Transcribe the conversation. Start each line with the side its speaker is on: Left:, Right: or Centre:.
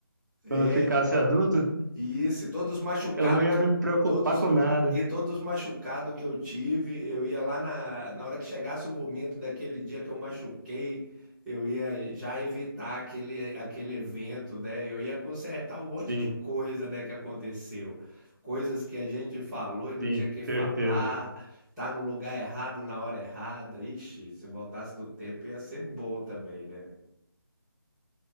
Centre: é,
Right: quando ficasse adulto.
Centre: Isso, e todos machucados
Right: Eu não ia
Centre: que eu
Right: me preocupar
Centre: todos
Right: com nada.
Centre: e todos machucados que eu tive, eu ia lá na na hora que chegasse o momento daquele dia que eu machuquei, eu ia já evitar aquele aquele evento, né, eu ia consertar um monte
Right: Sim,
Centre: de coisa, né, que aconteceu. Coisas que a gente falou e não
Right: sim,
Centre: tinha que
Right: certeza.
Centre: falar, tá no lugar errado na hora errada. Ixi, se voltasse do tempo ia ser bom também, né.